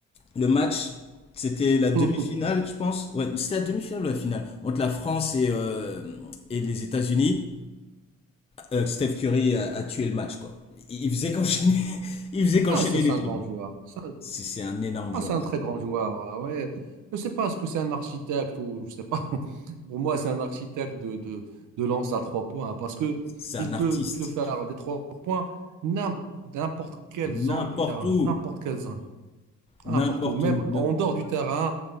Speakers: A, on the left; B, on the right.
A: le match. C'était la demi-finale,
B: <laughs>
A: je pense. Ouais, c'était la demi-finale ou la finale? Entre la France et, euh, et les États-Unis. Euh, Steph Curry a, a tué le match, quoi. Il il faisait qu'enchaîner, <laughs> il faisait qu'enchaîner
B: Ah, ça, c'est
A: les
B: un
A: trois
B: grand
A: points.
B: joueur. Ça,
A: C'est c'est un énorme
B: Ah,
A: joueur.
B: c'est un très grand joueur. ah Ouais. Je sais pas, est-ce que c'est un architecte ou je sais pas. <laughs> Pour moi, c'est un architecte de, de, de lance à trois points hein, parce que
A: C'est
B: il
A: un
B: peut
A: artiste.
B: te faire des trois points n'im- n'importe quelle zone
A: N'importe
B: du terrain,
A: où.
B: n'importe quelle zone, n'importe
A: N'importe
B: où, même
A: où.
B: en dehors du terrain.